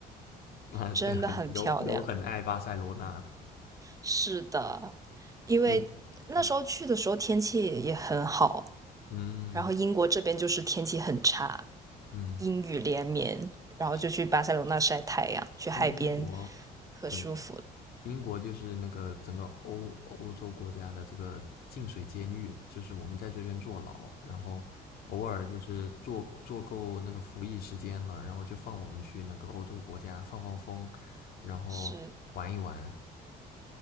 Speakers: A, on the left (about 65°); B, on the right (about 20°).
A: 啊，
B: 真的很漂亮。
A: 对，很有有很爱巴塞罗那，
B: 是的，因为那时候去的时候天气也很好，
A: 你嗯嗯
B: 然后英国这边就是天气很差，
A: 嗯，
B: 阴雨连绵，然后就去巴塞罗那晒太阳，
A: 是的，
B: 去海边，
A: 英英国
B: 可舒服。
A: 对英国就是那个整个欧欧洲国家的这个净水监狱，就是我们在这边坐牢，然后偶尔就是坐坐够那个服役时间了，然后就放我们去那个欧洲国家放放风，然后玩一玩。
B: 是